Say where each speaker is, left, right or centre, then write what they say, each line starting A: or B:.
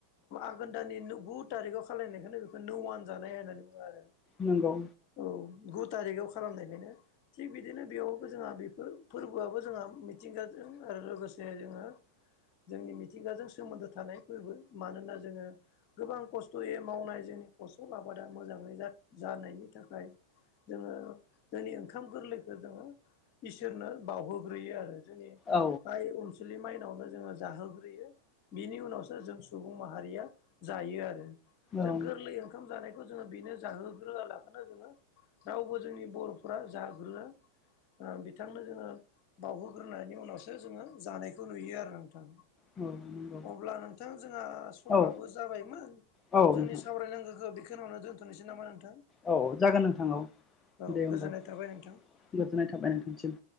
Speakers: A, on the left (about 45°); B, on the left (about 20°).
A: आघोन दानि गु थारिखाव खालायनायखौनो नौआन जानाय होननानै बुङो आरो।
B: नंगौ।
A: औ गु थारिखाव खालामनायखायनो थिग बिदिनो बेयावबो जोंहा बेफोर फोरबोआबो जोंहा मिथिंगाजों आरो लोगोसे जोङो जोंनि मिथिंगाजों सोमोन्दो थानाय फोरबो मानोना जोङो गोबां खस्थ'यै मावनाय जोंनि फसल आबादा मोजाङै जा-जानायनि थाखाय जोङो जोंनि ओंखाम गोरलैखौ जोङो इसोरनो बाउहोग्रोयो आरो। जोंनि
B: औ
A: बाय अनसुलि माइनावनो जोङो जाहोग्रोयो बिनि उनावसो जों सुबुं माहारिया जायो आरो जों
B: औ
A: गोरलै ओंखाम जानायखौ जोङो बेनो जाहोग्रोआलाखनो जोङो रावबो जोंनि बर'फोरा जाग्रोआ बिथांनो जोङो बाउहोग्रोनायनि उनावसो जोङो जानायखौ नुयो आरो नोंथां।
B: औ नंगौ।
A: अब्ला नोंथां जोंहा समाबो
B: औ
A: जाबायमोन
B: औ
A: जोंनि
B: नोंथां
A: सावरायनांगौखो बेखेनावनो दोनथ' नोसै नामा नोंथां
B: औ जागोन नोंथां औ
A: औ
B: दे होमबा
A: गोजोननाय थाबाय नोंथां।
B: गोजोननाय थाबाय नोंथांसिम।